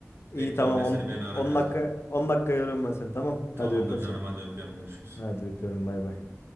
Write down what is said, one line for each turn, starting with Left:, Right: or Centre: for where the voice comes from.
Left: İyi
Right: Bekliyorum
Left: tamam
Right: ben
Left: 10
Right: seni beni ara
Left: 10
Right: birazdan.
Left: dakika 10 dakika yoruyorum ben seni tamam. Hadi
Right: Tamamdır
Left: öpüyorum
Right: canım
Left: seni.
Right: hadi öpüyorum görüşürüz.
Left: Hadi öpüyorum bay bay.